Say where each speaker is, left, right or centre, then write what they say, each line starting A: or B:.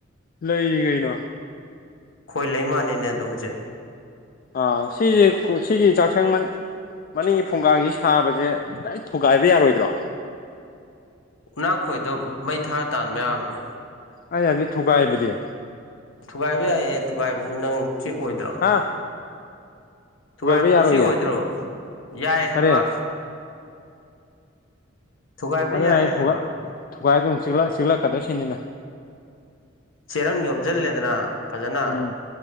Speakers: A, on the left; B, on the left.
A: ꯂꯩꯔꯤ ꯀꯩꯅꯣ
B: ꯑꯩꯈꯣꯏ ꯂꯩꯃꯥꯟꯅꯤꯅꯦ ꯑꯗꯣ ꯍꯧꯖꯤꯛ
A: ꯑꯥ ꯁꯤꯁꯦ ꯁꯤꯒꯤ ꯆꯥꯛꯁꯪꯕꯅꯤ ꯃꯅꯤꯡꯒꯤ ꯐꯣꯡꯒꯁꯤ ꯁꯥꯕꯁꯦ ꯈꯤꯗꯥꯏ ꯊꯨꯒꯥꯏꯕ ꯌꯥꯔꯣꯏꯗ꯭ꯔꯣ
B: ꯎꯛꯅꯥꯛꯈꯣꯏꯗꯣ ꯃꯩ ꯊꯥꯔ ꯇꯥꯟꯕ ꯌꯥꯕꯅꯦ
A: ꯑꯩ ꯌꯥꯗ ꯊ ꯊꯣꯛꯒꯥꯏꯏꯕꯗꯤ
B: ꯊꯨꯒꯥꯏꯕ ꯌꯥꯏꯌꯦ ꯊꯨꯒꯥꯏꯕꯗꯨ ꯅꯪ ꯆꯤꯛ ꯑꯣꯏꯏꯗ꯭ꯔꯣ
A: ꯍꯥ
B: ꯊꯨꯒꯥꯏꯕꯗꯨꯣ
A: ꯊꯨꯒꯥꯏꯕ ꯌꯥꯔꯣꯏꯌꯦ
B: ꯁꯤ ꯑꯣꯏꯗ꯭ꯔꯣ ꯌꯥꯏ ꯍꯥꯏꯕ
A: ꯀꯔꯤ
B: ꯊꯨꯒꯥꯏꯕ
A: ꯑꯗꯨꯅ
B: ꯌꯥꯏ
A: ꯑꯩ
B: ꯍꯥꯏꯕ
A: ꯊꯨꯒꯥꯏꯗꯨ ꯆꯤꯛꯀꯗ꯭ꯔ ꯁꯤꯅꯤꯅ
B: ꯆꯦꯔꯪ ꯌꯣꯝꯁꯤꯜꯂꯦꯗꯅ ꯐꯖꯅ
A: ꯎꯝ